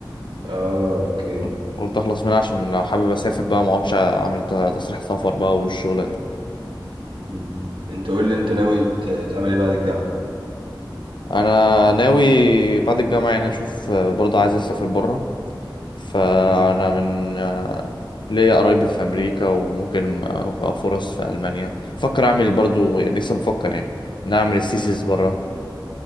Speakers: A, on the right (about 80°); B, on the left (about 65°).
A: اه اوكي
B: قلت قلت اخلص منها عشان لو حابب اسافر بقى ما اقعدش اعمل ت- تصريح سفر بقى والشغلة دي
A: مم. انت قول لي انت ناوي ت- تعمل ايه بعد الجامعه
B: انا ناوي بعد الجامعة يعني اشوف آه، برضه عايز اسافر بره فأنا
A: مم.
B: من آه، ليا قرايبي في أمريكا وممكن أبقى فرص في ألمانيا فكر أعمل برضو يعني لسه بفكر يعني إن أنا أعمل الثيسيس
A: مم.
B: بره